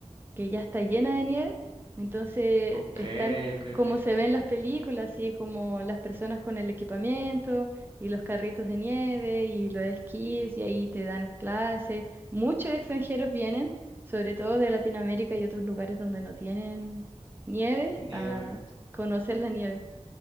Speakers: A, on the right; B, on the right.
A: que ya está llena de nieve. Entonces
B: Ok,
A: están
B: ok, ok.
A: como se ven en las películas, así como las personas con el equipamiento y los carritos de nieve y los esquís y ahí te dan clases. Muchos extranjeros vienen, sobre todo de Latinoamérica y otros lugares donde no tienen nieve,
B: Nieve.
A: a conocer la nieve.